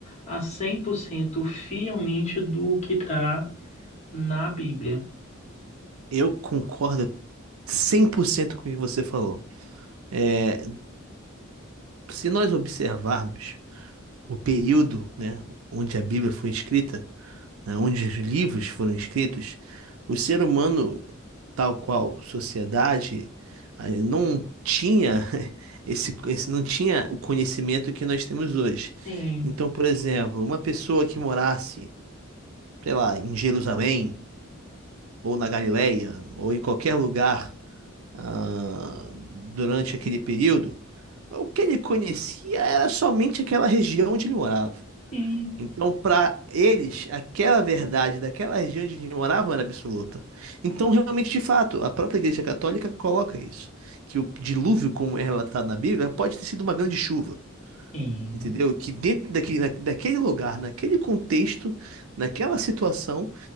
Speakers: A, on the left; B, on the right.
A: a 100% fielmente do que está na Bíblia.
B: Eu concordo 100% com o que você falou. É, se nós observarmos o período, né, onde a Bíblia foi escrita, né, onde os livros foram escritos, o ser humano tal qual sociedade, aí não tinha <laughs> esse, esse não tinha o conhecimento que nós temos hoje.
A: Sim,
B: Então, por exemplo, uma pessoa que morasse, sei lá, em Jerusalém ou na Galileia ou em qualquer lugar ah, durante aquele período, o que ele conhecia era somente aquela região onde ele morava.
A: sim,
B: Então, para eles, aquela verdade daquela região onde eles moravam era absoluta. Então, realmente, de fato, a própria Igreja Católica coloca isso, que o dilúvio, como é relatado na Bíblia, pode ter sido uma grande chuva.
A: sim.
B: Entendeu? Que dentro daquele, na- daquele lugar, naquele contexto, naquela situação,